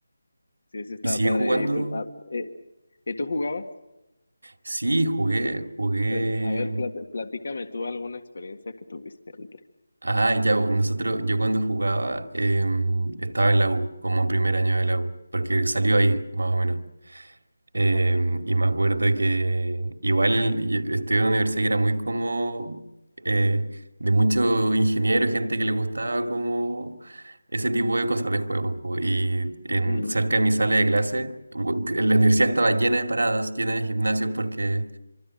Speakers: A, on the left; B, on the right.
A: sí, sí estaba
B: ¿Y sigue
A: padre.
B: jugando?
A: ¿Y tú, ah, eh, ¿y tú jugabas?
B: Sí, jugué, jugué.
A: Sí. A ver, plat- platícame tú alguna experiencia que tuviste antes.
B: Ah, ya, bo, nosotros, yo cuando jugaba em, estaba en la U, como en primer año de la U, porque salió ahí, más o menos. Em,
A: Okay.
B: y me acuerdo que igual en- yo estuve en una universidad que era muy como eh, de muchos ingenieros, gente que le gustaba como ese tipo de cosas de juegos. po. Y en,
A: Mm,
B: cerca de mi sala de clase, u- que la universidad estaba llena de paradas, llena de gimnasios, porque